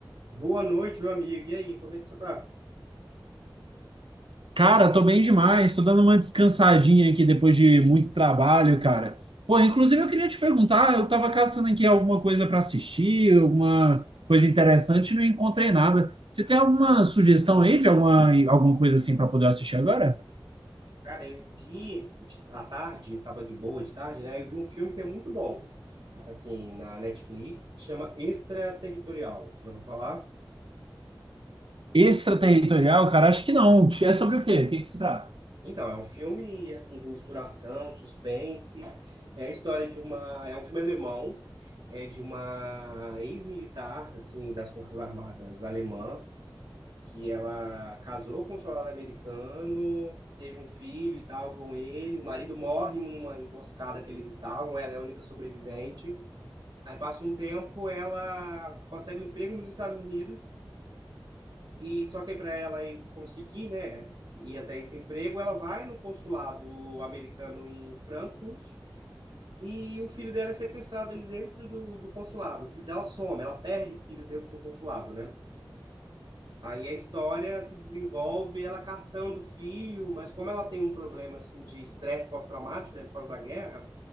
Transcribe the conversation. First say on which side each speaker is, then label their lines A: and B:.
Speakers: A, on the right (about 60°); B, on the right (about 80°).
A: Boa noite, meu amigo. E aí, como é que você tá?
B: Cara, tô bem demais, tô dando uma descansadinha aqui depois de muito trabalho, cara. Pô, inclusive eu queria te perguntar, eu tava caçando aqui alguma coisa para assistir, alguma coisa interessante e não encontrei nada. Você tem alguma sugestão aí de alguma, alguma coisa assim para poder assistir agora?
A: Cara, eu vi de- à tarde, tava de boa de tarde, né? Eu vi um filme que é muito bom, assim, na Netflix, chama Extraterritorial. Já ouviu falar?
B: Extraterritorial, cara, acho que não. É sobre o quê? O que que se trata?
A: Então, é um filme, assim, com misturação, suspense. É a história de uma. É um filme alemão, é de uma ex-militar, assim, das Forças Armadas alemã que ela casou com um soldado americano, teve um filho e tal com ele, o marido morre numa emboscada que eles estavam, ela é a única sobrevivente. Aí passa um tempo, ela consegue um emprego nos Estados Unidos e só que para ela ir conseguir, né, ir até esse emprego, ela vai no consulado americano em Frankfurt. E o filho dela é sequestrado ali dentro do, do consulado. O filho dela some, ela perde o filho dentro do consulado, né? Aí a história se desenvolve ela caçando o filho, mas como ela tem um problema assim de estresse pós-traumático, né, por causa da guerra,